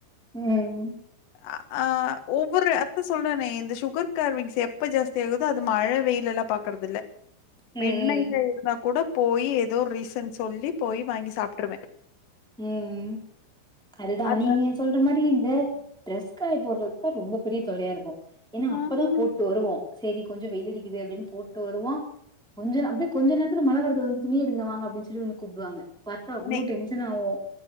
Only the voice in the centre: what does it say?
ம்
ம்
ம் ம் அதுதா
நீங்க சொல்ற மாரி இந்த ட்ரெஸ் காய போட்றத்தா ரொம்ப பெரிய தொல்லையா இருக்கு ஏனா அப்பதா
போட்டு வருவோ செரி கொஞ்சொ வெயில் அடிக்குது அப்டின் போட்டு வருவோ கொஞ்ச ந அப்டி கொஞ்ச நேரத்துல மழ வருது வந்து துணி எடுங்க வாங்க அப்டின் சொல்லி வந்து கூப்டுவாங்க பாத்தா அவ்ளோ
டென்ஷன் ஆவு